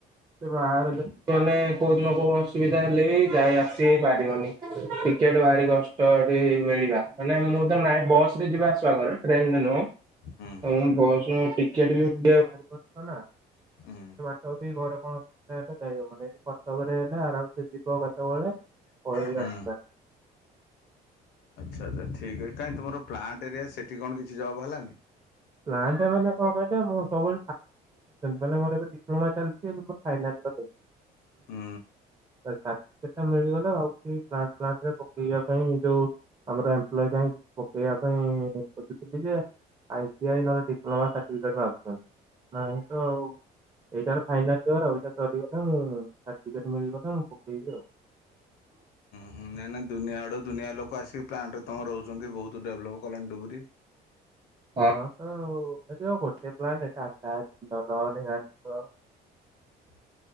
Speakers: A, on the right; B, on the left.
A: ସେ ବାହାରେ ଯ ମାନେ କୋଉ ଦିନ କୋଉ ଅସୁବିଧା ହେଲେ ବି ଯାଇ ଆସି ହେଇ ପାରିବନି ଟିକେଟ ଭାରି କଷ୍ଟ ଏଠି ମିଳିବା ମାନେ ମୁଁ ତ ନାଇଁ ବସ ରେ ଯିବା ଆସିବା କରେ ଟ୍ରେନରେ ନୁହଁ
B: ହୁଁ
A: ତ ବସୁ ଟିକେଟ ବି ମି ବାହାର ନା
B: ହୁଁ
A: ତ ଏ ଘରେ କଣ ହେଲେ ଯାଇହବନି ଏଠି କଟକରେ ହେଲେ ଆରାମସ ଯିବ କେତେବେଳେ ପହିଲେ
B: ହୁଁ
A: ରାସ୍ତା
B: ଆଛ ଆଛା ଠିକ୍ କାହିଁ ତମର ପ୍ଲାଣ୍ଟ ଏରିଆ ସେଠି କଣ କିଛି ଜବ ହେଲାନି
A: ପ୍ଲାଣ୍ଟ ମାନେ କଣ କହିଲେ ମୁଁ ସବୁ ମାନେ ମୋର ଏବେ ଡିପ୍ଲୋମା ଚାଲିଛି ଫାଏନାଲୀ
B: ହୁ
A: ତା ସାରଟଫିକେଟ ମିଳିଗଲେ ଭାବୁଥିଲି ପ୍ଲାଣ୍ଟ ପ୍ଲାଣ୍ଟ ପକେଇବା ପାଇଁ ଯୋଉ ଆମର ଏମ୍ପ୍ଲ ପାଇଁ କିଛି ପକେଇବା ପାଇଁ ଖୋଜୁଥିଲି ଯେ ଆ ଟି ଆଇ ନହେଲେ ଡିପ୍ଲୋମା ସାର୍ଟିଫିକେଟ ଭାଗୁଛନ୍ତି ନାଁ ତ ଆଉ ଏଇଟା ୟାର ଫାଇନାଲ ୟେର୍ ଏଇଟା ସରିଗଲେ ମୁଁ ସାଟିଫିକେଟ ମିଳିବତ ମୁଁ ପକେଇବି ଆଉ <inaudible>
B: ହୁଁ ନାଇଁ ନଁ ଦୁନିଆଡ଼ୁ ଦୁନିଆ ଲୋକ ଆସିକି ପ୍ଲାଣ୍ଟରେ ତମେ ରହୁଛନ୍ତି ବହୁତ ଡେଭଲପ୍ କଲାଣି ଡୁବୁରୀ
A: ହଁ ତ ଏ ଗୋଟେ ପ୍ଲାଣ୍ଟ ଟାଟା ଜିନ୍ଦଲ ନୀଲାଞ୍ଚଳ
B: <inaudible>